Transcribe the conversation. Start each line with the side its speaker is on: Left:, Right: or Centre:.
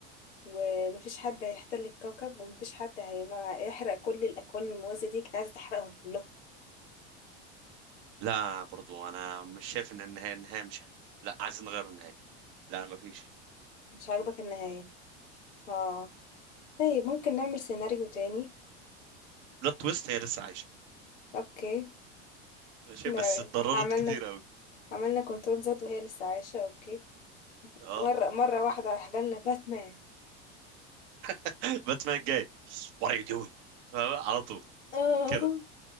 Left: ومفيش حد هيحتل الكوكب ومفيش حد هيم- هيحرق كل الأكوان الموازية دي كنت عايزة تحرقهم كلهم
Right: لا برضو انا مش شايف ان النهايه النهايه مش حلوه لا عايزين نغير النهايه لا ما فيش
Left: مش عاجبك النهاية اه طيب ممكن نعمل سيناريو تاني
Right: بلوت تويست هي لسه عايشه
Left: اوكي
Right: ماشي
Left: احنا
Right: بس اتضررت
Left: عملنا
Right: كتير قوي
Left: عملنا كنترول ذات وهي لسه عايشة اوكي
Right: اه
Left: مرة مرة واحدة راح جالنا باتمان
Right: <laughs> باتمان جاي وات ار يو دوينج على طول
Left: اه
Right: كده